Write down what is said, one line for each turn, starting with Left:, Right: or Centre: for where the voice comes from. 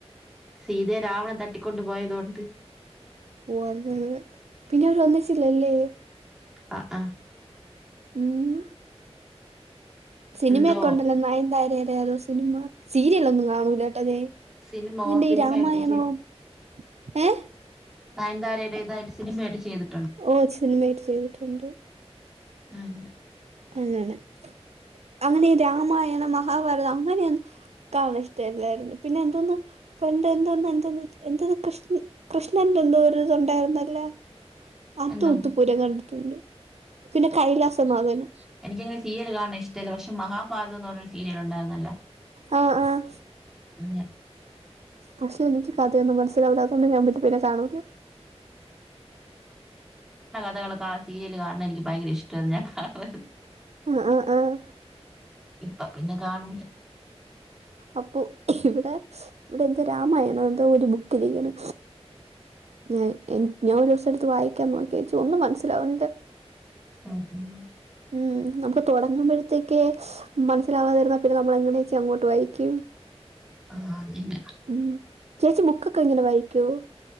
Centre: സീതയെ രാവണൻ തട്ടിക്കൊണ്ടു പോയതോണ്ട്.
Right: വന്ന് അങ്ങ് പിന്നെ അവര് ഒന്നിച്ചില്ലേ.
Centre: ആആ
Right: ഉം സിനിമയൊക്കെ
Centre: എന്തോ
Right: ഉണ്ടല്ലോ നയൻ താരയുടെ ഏതോ സിനിമ, സീരിയൽ ഒന്നും കാണൂല്ലട്ടോ ഞാന്.
Centre: സിനിമ
Right: ഇതിന്റെ
Centre: സിനിമയായിട്ട്
Right: ഈ രാമായണവും ഏഹ്.
Centre: നയൻതാരയുടെത്തായിട്ട് സിനിമയായിട്ട് ചെയ്തു.
Right: ഓ സിനിമായിട്ട് ചെയ്തിട്ടുണ്ട്.
Centre: അങ്ങനെ
Right: അങ്ങനെ അങ്ങനെ രാമായണം മഹാഭാരതം അങ്ങനെ ഒന്നും കാണാൻ ഇഷ്ടമല്ലായിരുന്നു പിന്നെ എന്തോന്ന്. അപ്പൊ എന്റെ എന്തോന്ന് എന്തോ എന്താത് കൃഷ് കൃഷ്ണന്റെ എന്തൊരു ഇതുണ്ടായിരുന്നല്ലോ. അത്
Centre: എന്തോന്ന്
Right: ഉത്തുപ്പൂരം കണ്ടിട്ടുണ്ട്, പിന്നെ കൈലാസനാഥനും.
Centre: എനിക്ക് അങ്ങനെ സീരിയൽ കാണുന്നത് ഇഷ്ടല്ല പക്ഷേ മഹാഭാരതം എന്ന് പറഞ്ഞു ഒരു സീരിയൽ ഉണ്ടായിരുന്നു.
Right: ആഹ് ആഹ്
Centre: ഞാൻ
Right: പക്ഷെ എനിക്ക് കഥയൊന്നും മനസ്സിലാവൂലാത്തത് കൊണ്ട് ഞാൻ പിന്നെ പിന്നെ കാണൂല്ല.
Centre: കഥകൾ ആ സീരിയല് കാണുന്നത് എനിക്ക് ഭയങ്കര ഇഷ്ടായിരുന്നു ഞാൻ കാണുവായിരുന്നു.
Right: ആഹ് ആഹ് ആഹ്
Centre: ഇപ്പൊ പിന്നെ കാണൂല
Right: അപ്പൊ ഇവിടെ ഇവിടെ എന്തോ രാമായണോ എന്തോ ഒരു ബുക്കിരിക്കണ് ഞാൻ എൻ ഞാൻ ഒരു ദിവസെടുത്ത് വായിക്കാൻ നോക്കിയേച്ചി ഒന്നും മനസ്സിലാവുന്നില്ല
Centre: ഉം ഉം
Right: ഉം നമുക്ക് തൊടങ്ങുമ്പഴത്തേക്കേ മനസ്സിലാവാതിരുന്നാ പിന്നെ നമ്മൾ എങ്ങനേച്ചി അങ്ങോട്ട് വായിക്കും
Centre: ആ അതന്നെ
Right: ഉം ചേച്ചി ബുക്കൊക്കെ ഇങ്ങനെ വായിക്കോ